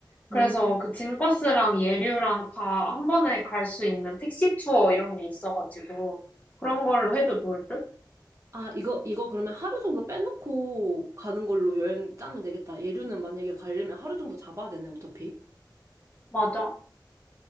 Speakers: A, on the left; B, on the right.
A: 그래서
B: 음.
A: 그 징과스랑 예류랑 다 한 번에 갈 수 있는 택시 투어 이런 게 있어가지고 그런 걸로 해도 좋을 듯?
B: 아, 이거, 이거 그러면 하루 정도 빼놓고 가는 걸로 여행 짜면 되겠다. 예류는 만약에 가려면 하루 정도 잡아야 되네, 어차피.
A: 맞아.